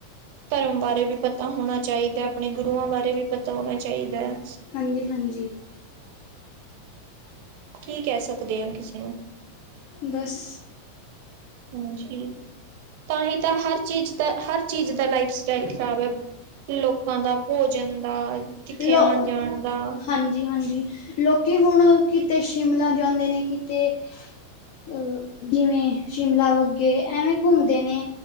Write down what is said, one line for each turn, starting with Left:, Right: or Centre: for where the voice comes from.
Right: ਧਰਮ ਬਾਰੇ ਵੀ, ਪਤਾ ਹੋਣਾ ਚਾਹੀਦਾ, ਆਪਣੇ ਗੁਰੂਆਂ ਬਾਰੇ ਵੀ ਪਤਾ ਹੋਣਾ ਚਾਹੀਦਾ ਹੈ।
Left: ਹਾਂਜੀ-ਹਾਂਜੀ,
Right: ਕੀ ਕਹਿ ਸਕਦੇ ਹੋ ਕਿਸੇ ਨੂੰ,
Left: ਬਸ
Right: ਹਾਜੀ ਤਾਂ ਹੀ ਤਾਂ ਹਰ ਚੀਜ਼, ਤਾਂ ਹਰ ਚੀਜ਼ ਦਾ ਲਾਈਫ ਸਟਾਈਲ ਖਰਾਬ ਹੈ ਲੋਕਾਂ ਦਾ ਭੋਜਨ ਦਾ ਕਿੱਥੇ
Left: ਲੋ
Right: ਆਉਣ ਜਾਣ ਦਾ
Left: ਹਾਂਜੀ ਹਾਂਜੀ ਲੋਕੀ ਹੁਣ ਕਿਤੇ ਸ਼ਿਮਲਾ ਜਾਂਦੇ ਨੇ ਕਿਤੇ ਅਹ ਜਿਵੇਂ ਸ਼ਿਮਲਾ ਵੱਗੇ ਐਵੇਂ ਘੁੰਮਦੇ ਨੇ